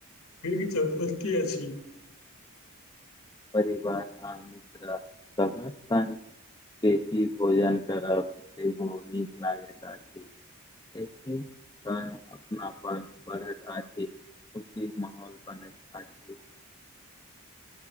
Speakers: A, on the left; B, on the left.
A: क च बसी अ छी <inaudible>
B: परिवार आ मित्र सभक संग बेसी भोजन करब सेहो नीक लागैत अछि एथिन त अपनापन बढ़ैत अछि <unintelligible> खुशी केँ माहौल बनैत अछि